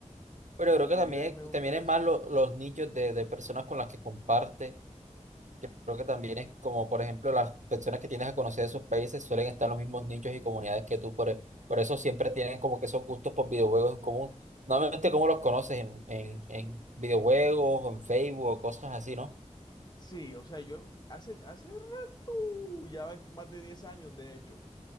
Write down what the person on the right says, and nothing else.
Pero
creo
que también,
también es
más lo- los nichos de, de personas con las que comparte que creo que también es como, por ejemplo, las personas que tienes a conocer de sus países suelen estar en los mismos nichos y comunidades que tú, por, e- por eso siempre tienen como que esos gustos por videojuegos en común. Normalmente, ¿cómo los conoces? En, en, en videojuegos, o en Facebook, o cosas así, ¿no?